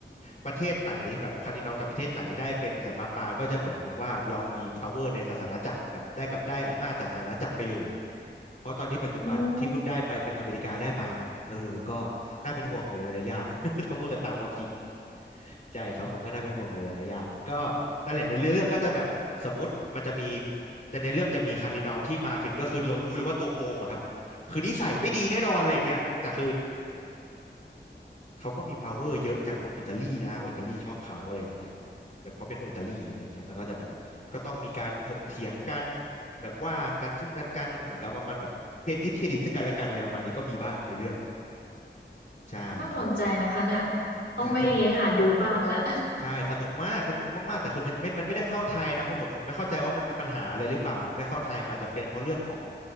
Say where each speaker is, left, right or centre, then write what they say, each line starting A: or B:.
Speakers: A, on the left; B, on the left.
A: ประเทศไหนแบบคาร์ดินัลจากประเทศไหนได้เป็นสันตะปาปก็จะเหมือนกับว่าเรามี power ในศาสนาจักรแบบได้กับได้อำนาจจากศาสนาจักรไปเลย เพราะตอนนี้ปัจจุบันที่เพิ่งได้ไปเป็นอเมริกาได้ไปมั้งเออก็
B: อ๋อ
A: น่าเป็นห่วงอยู่หลายๆอย่าง <laughs> ถ้าพูดกันตามความจริง ใช่ครับผมก็น่าเป็นห่วงอยู่หลายๆอย่างก็นั่นแหละในเรื่องก็จะแบบสมมติมันจะมีแต่ในเรื่องจะมีคาร์ดินัลที่มาถึงก็คือเรารู้เลยว่าตัวโกงอะครับคือนิสัยไม่ดีแน่นอนอะไรอย่างเงี้ยแต่คือเขาก็มี power เยอะจากคนอิตาลีนะเพราะอิตาลีชอบเขาอะไรอย่างเงี้ยแบบเขาเป็นคนอิตาลีอะไรอย่างเงี้ยแล้วก็จะแบบก็ต้องมีการถกเถียงกันแบบว่ากันทุ่งกันกันเหมือนกับว่ามันแบบเครดิตเครดิตซึ่งกันและกันแล้วมันนี้ก็มีบ้างในเรื่องใช่ครับผม
B: น่าสนใจนะคะเนี่ยต้องไปหาดูบ้างแล้ว
A: ใช่ ใช่สนุกมากสนุกมากๆแต่คือมันไม่มันไม่ได้เข้าไทยนะเพราะเหมือนผมไม่เข้าใจว่ามันมีปัญหาอะไรหรือเปล่าถึงไม่เข้าไทยมันอาจจะเป็นเพราะเรื่องของ